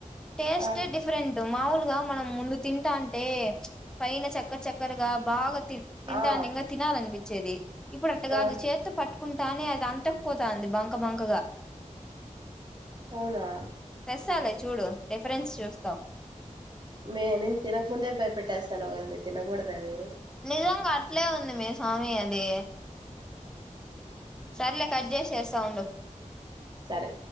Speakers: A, in the centre; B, on the right (about 35°).
A: టేస్ట్
B: ఆ
A: డిఫరెంట్ మాములుగా మనం ముందు తింటాంటే పైన చక్క చక్కరగా బాగా తింటా
B: ఆ
A: ఇంకా తినాలనిపించేది ఇప్పుడు అట్ కాదు
B: ఆ
A: చేత్తో పట్టుకుంటానే అది అంతకుపోతా అంది బంక బంకగా
B: అవునా
A: తెస్తాలే చూడు డిఫరెన్స్ చూస్తావు
B: మీే నిన్ తినక ముందే భయపెట్టేస్తున్నావ్ మే తినకూడదని
A: నిజంగా అట్లే ఉంది మే స్వామి అది సర్లే కట్ చేసి చేస్తా ఉండు
B: సరే